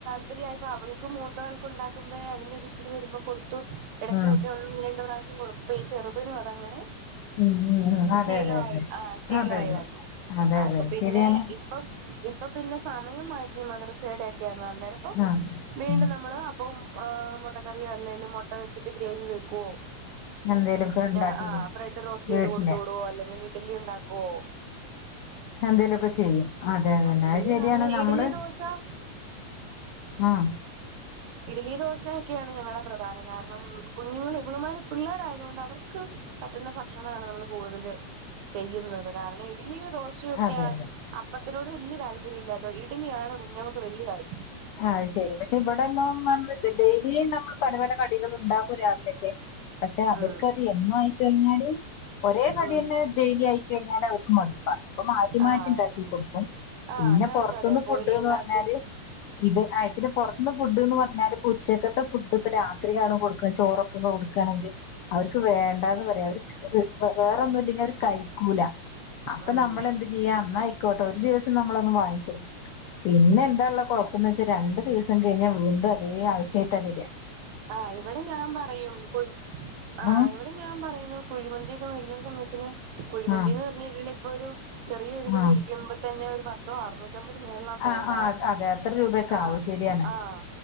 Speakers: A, on the right (about 75°); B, on the left (about 80°).
A: <unintelligible> അവൾക്കും മൂത്താൾക്കും ഇണ്ടാക്കുമ്പയേ അതിന്റെ ഒര് ഇച്ചിരി വരുമ്പോ കൊടുത്തോക്കും എടക്ക്
B: ഉം
A: ഒക്കെ ഒന്ന് രണ്ട് പ്രാവശ്യം കൊടുത്തു ഇപ്പ ഈ ചെറുതിനും അതങ്ങനെ
B: ഉം ഉം ഉം അതെ
A: ശീലമായി
B: അതെ അതെ
A: ആ ശീലമായി
B: അതെ അതെ
A: വന്നു
B: അതെ
A: അപ്പ
B: അതെ
A: പിന്നെ
B: ശരിയാണ്
A: ഇപ്പം ഇപ്പൊ പിന്നെ സമയം മാറ്റി മദ്രസയുടെക്കെ അന്നേരം
B: ആഹ്
A: വീണ്ടും
B: ഉം
A: നമ്മള് അപ്പവും മുട്ടക്കറിയോ അല്ലെലും മുട്ട വെച്ചിട്ട് ഗ്രേവി വെക്കൊ
B: എന്തേലൊക്കെ ഇണ്ടാക്കി
A: ആ ആ
B: കൊടുക്കും
A: ബ്രെഡ് റോസ്റ്റ് ചെയ്ത്
B: വീട്ടില്
A: കൊട്ത്തു വിടുവോ അല്ലെങ്കില് ഇഡ്ലി ഇണ്ടാക്കുവോ
B: എന്തേലൊക്ക ചെയ്‌ അതെ അതെന്നെ
A: ഇഡലി
B: അത് ശരിയാണ്
A: അങ്ങനെ
B: നമ്മള്
A: ഇഡലി ദോശ
B: ആഹ്
A: ഇഡ്ലി ദോശയൊക്കെയാണ് ഞങ്ങളുടെ പ്രധാനം കാരണം കുഞ്ഞുങ്ങൾ ഇവളുമാര് പിള്ളേരായത് കൊണ്ട് അവർ ക്ക് പറ്റുന്ന ഭക്ഷണമാണ് നമ്മൾ കൂടുതൽ ചെയ്യുന്നത് കാരണം ഇഡലിയോ ദോ ശൊക്കെയ
B: അതെ അതെ
A: അപ്പത്തിനോട് വല്യ താല്പര്യം ഇല്ല അതോ ഇഡലിയാണ് കുഞ്ഞുങ്ങക്ക് വല്യ കാര്യം
B: ആഹ് അയ്ശെരി പക്ഷെ ഇവിടെന്നും നമ്മള് ഡെയിലി നമ്മൾ പല പല കടികള് ഉണ്ടാക്കും രാവിലൊക്കെ പക്ഷെ അവർക്ക്
A: ഉം
B: അത് എന്നും ആയിക്കഴിഞ്ഞാല് ഒരേ കടിന്നെ
A: ഉം
B: ഡെയിലി ആയി കഴിഞ്ഞാൽ അവർക്ക് മടുപ്പാണ് അപ്പൊ മാറ്റി മാറ്റി
A: ആഹ്
B: ഉണ്ടാക്കി കൊടുക്കും
A: ആഹ്
B: പിന്നെ
A: ഞാനും
B: പൊറത്തുന്ന്
A: അതെ പൂരി
B: ഫുഡ്ന്ന്
A: ഉണ്ടാക്കും
B: പറഞ്ഞാല് ഇത് ആഹ് പിന്നെ പൊറത്തൂന്ന് ഫുഡ്ന്ന് പറഞ്ഞാ ഉച്ചക്കത്തെ ഫുടൊക്കെ രാത്രിയാണ് കൊടു ചോറൊക്കെ കൊടുക്കുകയാണെങ്കില് അവർക്ക് വേണ്ടാന്ന് പറയാ അവര് വേറൊന്നുംല്ലെങ്കിൽ അവര് കഴിക്കൂല അപ്പ
A: ഉം
B: നമ്മൾ എന്ത് ചെയ്യാ ന്നായിക്കോട്ടെ ഒരു ദിവസം നമ്മളൊന്ന് വാങ്ങിക്കൊടുക്കും പിന്നെ എന്താ ഉള്ള എന്താ വെച്ചാ രണ്ട് ദിവസം കഴിഞ്ഞാൽ വീണ്ടും അതേ ആവശ്യായിട്ടാ വരാ
A: ആഹ് ഇവിടെ ഞാൻ പറയും കുൽ ആഹ്
B: ഉം
A: ഇപ്പൊ ഞാൻ പറയുന്നു കുഴിമന്തിയൊക്കെ മേടിക്കുന്ന സമയത്തിന് കുഴിമന്തി
B: ഉം
A: എന്ന് പറഞ്ഞിട്ടുണ്ട ഇപ്പൊ ഒരു ചെറിയൊരിത്
B: ഉം
A: മേടിക്കുമ്പോ തന്നെ ഒരു പത്തോ ആർന്നൂ റ്റമ്പത് മേളില് ആണെന്ന് തോന്നുന്നു
B: ആ ആ അതെ അത്ര രൂപയൊക്കെ
A: ആഹ്
B: ആവും ശരിയാണ്
A: ആഹ്